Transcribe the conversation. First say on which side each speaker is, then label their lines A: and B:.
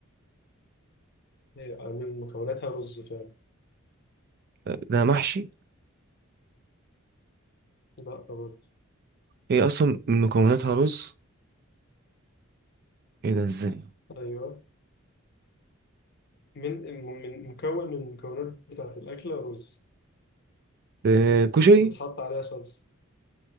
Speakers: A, on the left (about 50°); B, on the right (about 45°).
A: هي من مكوناتها رز فعلا
B: آه، ده محشي
A: لا برضه
B: هي اصلا من مكوناتها رز ايه ده ازاي
A: أيوه من من مكون من المكونات بتاعت الأكلة رز
B: آه كشري
A: وبتحط عليها صلصة